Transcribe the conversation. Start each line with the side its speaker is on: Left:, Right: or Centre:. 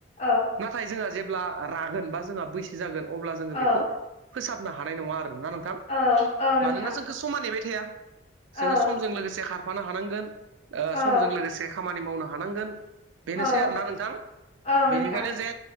Left: औ
Right: नाथाय जोंहा जेब्ला रागोन बा जोंहा बैसो जागोन अब्ला जोङो
Left: औ
Right: बेखौ फोसाबनो हानाय नङा आरो ना नोंथां
Left: औ औ नोंथां
Right: मानोना जोंखौ समान नेबाय थाया जोङो
Left: औ
Right: समजों लोगोसे खारफानो हानांगोन
Left: औ
Right: समजों लोगोसे खामानि मावनो हानांगोन बेनोसै
Left: औ
Right: आरोोना नोंथां
Left: औ नोंथां
Right: बेनिखायनो जे